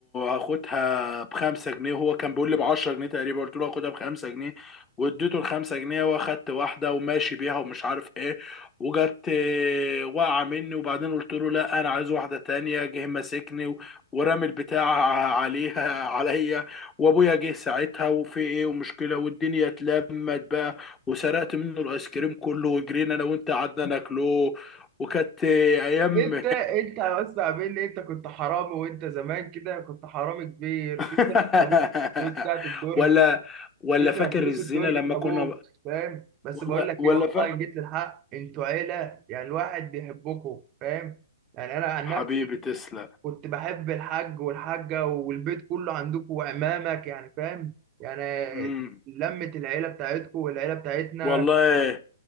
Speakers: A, on the left; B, on the right.
A: هاخدها بخمسة جنيه وهو كان بيقول لي بعشرة جنيه تقريبا قلت له هاخدها بخمسة جنيه واديته الخمسة جنيه واخدت واحدة وماشي بيها ومش عارف ايه وجت آه، واقعة مني وبعدين قلت له لا انا عايز واحدة تانية جه ماسكني و- ورمي البتاع <laughs> عليها عليا وابويا جه ساعتها وفي ايه ومشكلة والدنيا اتلمت بقى وسرقت منه الايس كريم كله وجرينا انا وانت قعدنا ناكله وكانت ايام
B: انت انت بس قابلني انت كنت حرامي وانت زمان كده كنت حرامي كبير
A: <laughs>
B: تسرق ابوك فلوس بتاعت الدرج
A: ولا ولا
B: تدفع
A: فاكر
B: فلوس
A: الزينه
B: الدرج
A: لما
B: لابوك
A: كنا
B: فاهم بس
A: ولا
B: بقول لك
A: ولا
B: ايه والله
A: فا...
B: جيت للحق انتوا عيله يعني الواحد بيحبكم فاهم يعني انا عن
A: حبيبي
B: نفسي
A: تسلم
B: كنت بحب الحاج والحاجه والبيت كله عندكم وعمامك يعني فاهم يعني
A: امم
B: لمه العيله بتاعتكم والعيله بتاعتنا
A: والله